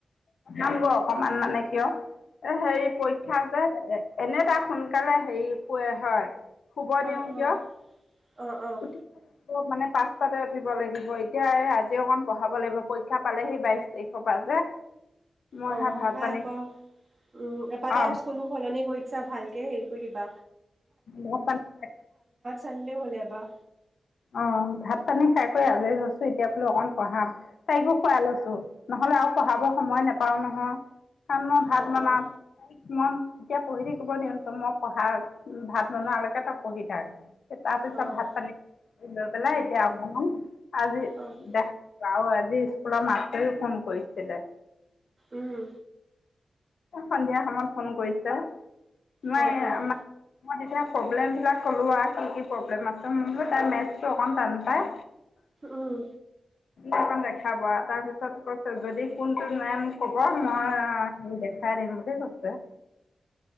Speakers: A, on the left; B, on the right.
A: াম গৈ অকমান মানে কিয় এ হেৰি পৰীক্ষা যে এনে এটা সোনকালে হেৰি কে হয় শুব দিওঁ
B: অ',
A: দিয়
B: অ', অ', অ',
A: উঠি মানে পাঁচটাতে উঠিব লাগিব এতিয়া আজিও অকণ পঢ়াব লাগিব পৰীক্ষা পালেহি বাইশ তাৰিখৰ পৰা যে মই
B: অ
A: সে ভাত
B: হ
A: পানী
B: আকৌ উ এবাৰ
A: অঁ
B: তাই স্কুল মোৰ সলনি কৰিছা ভালকে হেই ভ
A: ভাত পানী খাই
B: চডে হ'লে বাা
A: অ ভাত পানী খাই কৰি আজৰি হৈছো এতিয়া বোলো অকন পঢ়া তাইকো খুৱাই লৈছো নহলে আৰু পঢ়াব সময় নোপাও নহয় কাৰণ মই ভাত
B: অ',
A: বনাও
B: অ',
A: মই এতিয়া পঢ়ি থাকিব নিয়ন্তো মই পঢ়া ভাত বনোৱালৈকে তই পঢ়ি থাক তাৰ পিছত
B: অ',
A: ভাত পানী এই লোকেল এতিয়া আ ন আজি
B: অ',
A: দেখ ৰাও আজি স্কুলৰ মাতেও ফোন কৰিছিলে
B: উম,
A: সন্ধিয়া সময়ত ফোন কৰিছা নাই
B: অ', অ',
A: মই তেতিয়া প্ৰব্লেম বিলাক ক'লো আৰু কি কি প্ৰব্লেম আছে ম বলো তাই মেটো অকণ টান পায়
B: উম,
A: এখন দেখাব আৰু তাৰপিছত কৈছে যদি কোনটো নেম কব মই ম দেে খাৰে মোৰ ক গছে